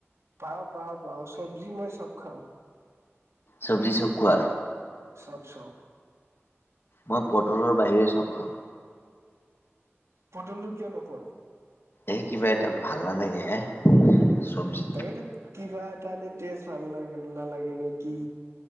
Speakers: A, on the right; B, on the left.
A: পাওঁ পাওঁ পাওঁ চব্জি মই চব খাওঁ,
B: চব্জি চব খোৱা,
A: চব চব,
B: মই পটলৰ বাহিৰে চব খাওঁ,
A: পটলটো কিয় নোখোৱা?
B: এ কিবা এটা ভাল নালাগে হে চবজি
A: তাকেতো কিবা এটা এনেই তেজ ভাল লাগে নালাগে নেকি,